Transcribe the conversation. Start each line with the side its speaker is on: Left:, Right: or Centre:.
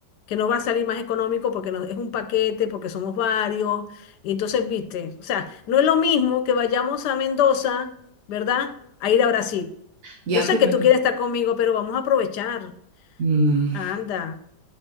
Left: que nos va a salir más económico porque nos- es un paquete, porque somos varios. Y entonces, viste, o sea, no es lo mismo que vayamos a Mendoza, ¿verdad? A ir a Brasil.
Right: Ya,
Left: Yo sé
Right: pero...
Left: que tú quieres estar conmigo, pero vamos a aprovechar.
Right: mm,
Left: Anda,